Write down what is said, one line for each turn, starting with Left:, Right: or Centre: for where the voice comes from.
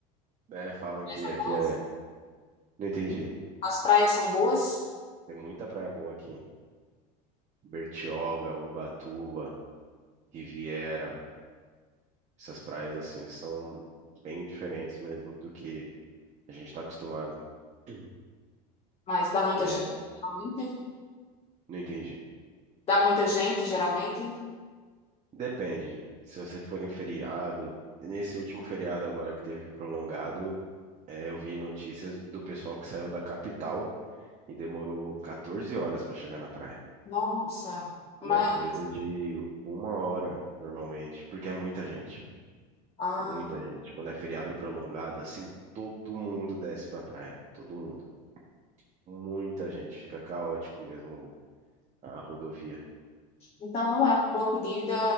Right: né? Falam
Left: praias
Right: que
Left: são
Right: aqui
Left: boas.
Right: é. Não entendi.
Left: As praias são boas,
Right: Tem muita praia boa aqui. Bertioga, Ubatuba, Riviera. Essas praias assim são bem diferentes mesmo do que a gente está acostumado. <clears throat>
Left: mas dá muita
Right: É,
Left: gente, geralmente.
Right: não entendi.
Left: Dá muita gente, geralmente.
Right: Depende. Se você for em feriado, nesse último feriado agora que teve prolongado, é, eu vi notícias do pessoal que saiu da capital e demorou 14 horas para chegar na praia.
Left: Nossa, mas
Right: E é coisa de uma hora normalmente, porque é muita gente,
Left: ah,
Right: muita gente. Quando é feriado prolongado, assim, todo mundo desce pra praia, todo mundo. Muita gente, fica caótico mesmo a rodovia.
Left: então não é uma boa pedida